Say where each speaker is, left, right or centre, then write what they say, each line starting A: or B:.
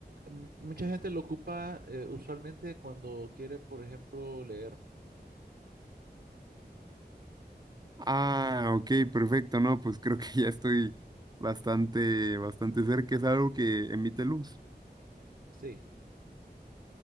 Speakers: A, on the right (about 70°); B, on the right (about 25°).
A: mu- mucha gente lo ocupa eh, usualmente cuando quiere, por ejemplo, leer.
B: Ah, ok, perfecto. No, pues creo que ya estoy bastante, bastante cerca. Es algo que emite luz.
A: Sí,